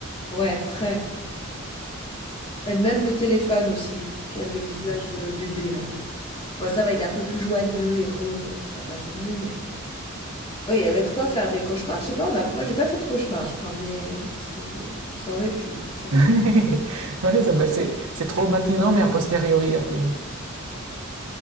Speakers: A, on the left; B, on the right.
A: ouais, très et même le téléphone aussi, qui a le visage de bébé là. bon ça va, il est un peu plus joyeux et rond, donc ça passait mieux, mais ouais, il y avait de quoi faire des cauchemars. Je sais pas, on a moi, j'ai pas fait de cauchemars, je crois, mais euh, c'est euh, ça aurait pu, ça
B: <laughs>
A: aurait
B: ouais,
A: pu.
B: ça, bah, c'est c'est traumatisant, mais a posteriori, a priori.